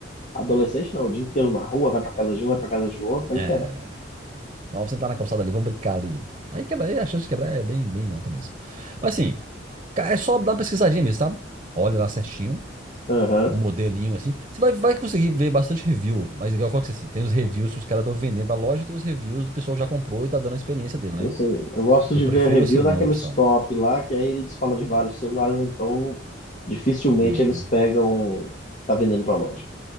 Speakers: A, on the left (about 40°); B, on the right (about 30°).
A: Adolescente não, o dia inteiro na rua, vai pra casa de um, vai pra casa de outro, vai
B: É.
A: quebra.
B: Vamos sentar na calçada ali, vamos brincar ali. Aí quebra, aí a chance de quebrar é bem, bem alta mesmo. Mas assim, ca- é só dar uma pesquisadinha mesmo, tá? Olha lá certinho.
A: Aham.
B: um modelinho assim. Você vai, vai conseguir ver bastante review, mas eu falo que assim, tem os reviews que os caras estão vendendo pra loja e tem os reviews do pessoal que já comprou e tá dando a experiência dele, né?
A: E Assim, eu gosto
B: Eu
A: de
B: prefiro
A: ver review
B: a segunda
A: daqueles
B: opção.
A: top lá, que aí eles falam de vários celulares, então dificilmente
B: Uhum.
A: eles pegam, tá vendendo pra loja.